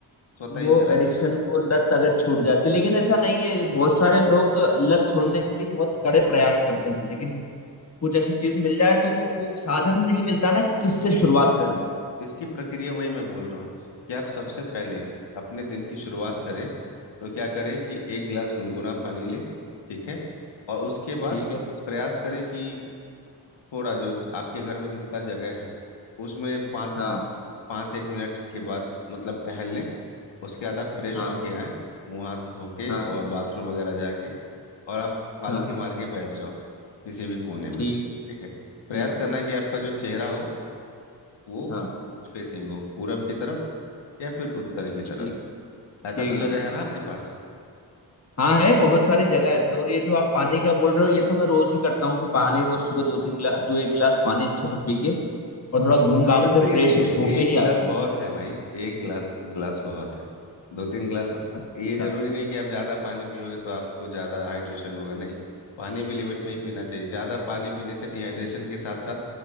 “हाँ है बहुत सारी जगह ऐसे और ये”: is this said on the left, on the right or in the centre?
Left